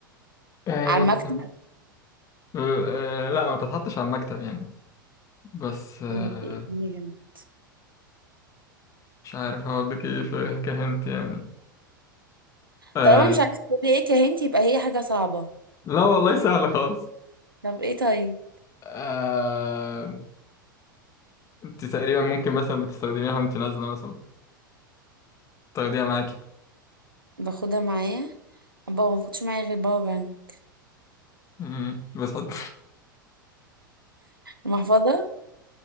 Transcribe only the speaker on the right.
على المكتب
ماشي اديني هنت
طالما مش عارفة تقولي ايه كهنت يبقى هي حاجة صعبة
طب ايه طيب
باخدها معايا باو ما باخدش معايا غير باور بانك
المحفظة